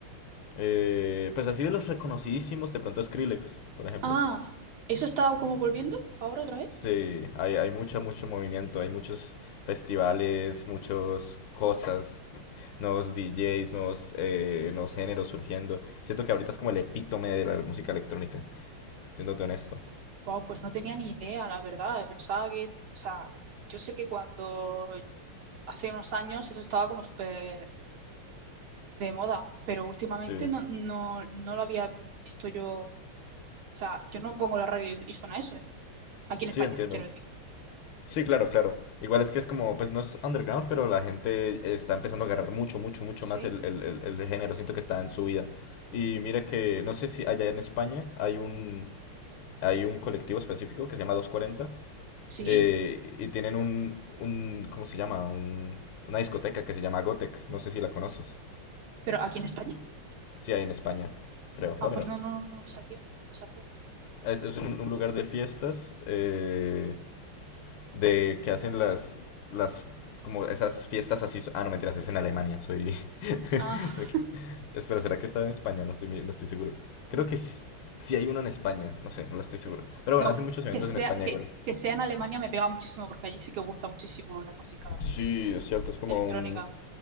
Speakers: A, on the left; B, on the right.
A: Eh, pues así de los reconocidísimos, de pronto Skrillex, por ejemplo.
B: Ah, ¿eso está como volviendo ahora otra vez?
A: Sí, hay, hay mucho, mucho movimiento, hay muchos festivales, muchas cosas, nuevos DJs, nuevos, eh, nuevos géneros surgiendo. Siento que ahorita es como el epítome de la música electrónica, siéndote honesto.
B: Wow, pues no tenía ni idea, la verdad. Pensaba que, o sea, yo sé que cuando hace unos años eso estaba como súper de moda, pero últimamente
A: Sí,
B: no, no, no lo había visto yo. O sea, yo no pongo la radio y suena eso, ¿eh? Aquí en
A: sí,
B: España,
A: entiendo.
B: quiero decir.
A: Sí, claro, claro. Igual es que es como, pues no es underground, pero la gente está empezando a agarrar mucho, mucho, mucho
B: Sí,
A: más el, el, el, el género. Siento que está en su vida. Y mira que, no sé si allá en España hay un, hay un colectivo específico que se llama 240
B: sí,
A: eh, y tienen un, un ¿cómo se llama? Un, una discoteca que se llama Gotec, no sé si la conoces,
B: pero aquí en España.
A: sí hay en España, creo,
B: Ah,
A: va a
B: pues
A: mirar.
B: no, no, no, no lo sabía, no sabía.
A: Es, es un, un lugar de fiestas eh, de que hacen las, las como esas fiestas así. Ah, no, mentiras, es en Alemania. Soy. <laughs>
B: Ah,
A: ok. Espera, ¿será que está en España? No estoy, mi- no estoy seguro. Creo que s- sí hay uno en España. No sé, no lo estoy
B: sí.
A: seguro. Pero
B: No,
A: bueno, hacen muchos eventos
B: que sea,
A: en España
B: que,
A: igual.
B: que sea en Alemania me pega muchísimo porque allí sí que gusta muchísimo la música
A: Sí, es cierto, es como
B: electrónica.
A: un.